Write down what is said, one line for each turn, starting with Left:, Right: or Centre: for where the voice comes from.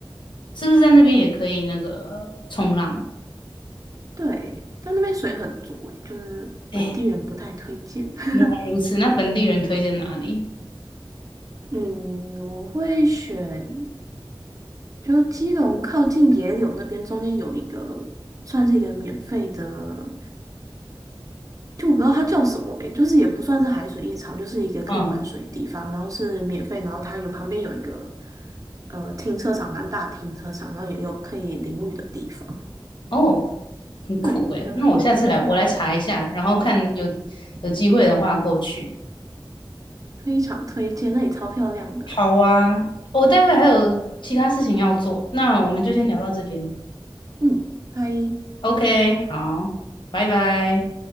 Left: 是不是在那边也可以那个冲浪？
Right: 对，但那边水很浊欸，就是本地人不太推荐。
Left: 哎，
Right: <laughs>
Left: 原来如此，那本地人推荐哪里？
Right: 嗯，我会选，就基隆靠近野柳那边，中间有一个算是一个免费的。就我不知道它叫什么诶、就是也不算是海水浴场，就是一个可以玩水的地方，
Left: 嗯，
Right: 然后是免费，然后它有旁边有一个呃停车场，蛮大的停车场，然后也有可以淋浴的地方，
Left: 哦，很酷诶，
Right: 对，一个很酷，
Left: 那我下次来，我来查一下，然后看有有机会的话过去。
Right: 非常推荐，那里超漂亮的，
Left: 好啊，我待会还有其他事情要做，那我们就先聊到这边。
Right: 嗯，拜。
Left: OK，好，拜拜。